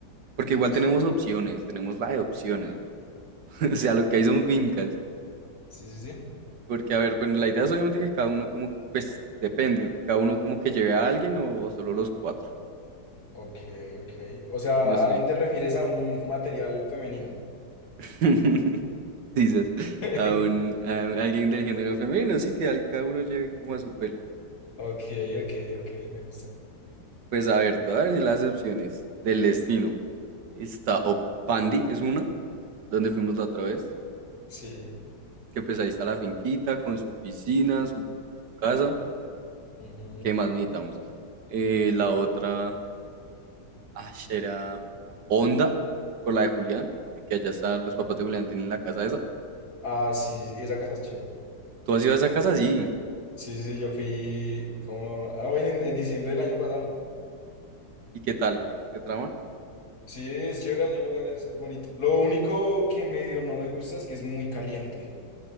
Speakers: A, on the right (about 75°); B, on the left (about 60°).
A: porque igual
B: Sí,
A: tenemos opciones, tenemos la de opciones, güey. <laughs> O sea, lo que hay son fincas.
B: sí, sí, sí.
A: Porque, a ver, bueno, la idea es obviamente que cada uno como, pues depende, cada uno como que lleve a alguien o, o solo los cuatro.
B: Ok, ok. O sea,
A: No
B: ¿a alguien
A: sé.
B: te refieres a un material femenino?
A: <laughs> dices,
B: <laughs>
A: a un, a un- alguien del género femenino, sí, que al- cada uno lleve como a su pelo.
B: Ok, ok, ok, me gusta.
A: Pues a ver, te voy a decir las opciones del destino. Está o Pandi, es una, donde fuimos la otra vez,
B: Sí.
A: que pues ahí está la finquita con su piscina, su, su casa,
B: ujú.
A: ¿qué más necesitamos? Eh, la otra, ah, será Onda, por la de Julián, que allá están los papás de Julián, tienen la casa esa.
B: Ah, sí, sí, esa casa es chévere.
A: ¿Tú has ido a esa casa? Sí.
B: Sí, sí, sí, yo fui como... Ah, bueno, en, en diciembre del año pasado.
A: ¿Y qué tal? ¿Qué trama?
B: Sí, es chévere, allá el lugar es, es bonito. Lo único que medio no me gusta es que es muy caliente.